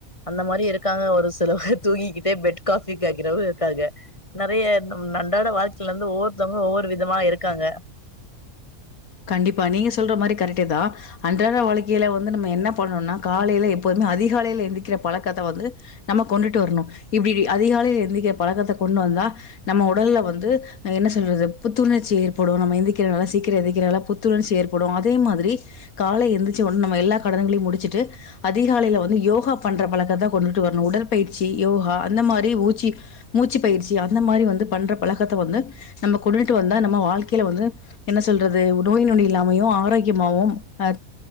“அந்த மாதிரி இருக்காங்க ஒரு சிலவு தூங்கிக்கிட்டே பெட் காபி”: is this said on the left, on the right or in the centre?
Left